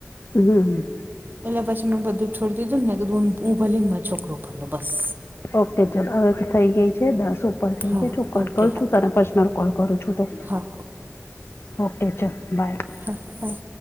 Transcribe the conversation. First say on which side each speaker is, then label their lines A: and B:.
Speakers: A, on the left (about 55°); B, on the right (about 40°).
A: હમ
B: એટલે પછી મેં બધું છોડી દીધું ને કીધું કે હું ભલી ને મારો છોકરો ભલો બસ
A: ઓકે ચાલો હવે તો થઈ ગઈ છે દસ ઓકે થઈ
B: હા
A: ગયા કટ
B: ઓકે
A: કરું
B: હા
A: છું તને પર્સનલ કોલ કરું છું તો
B: હા
A: ઓકે ચલ બાય
B: હમ બાય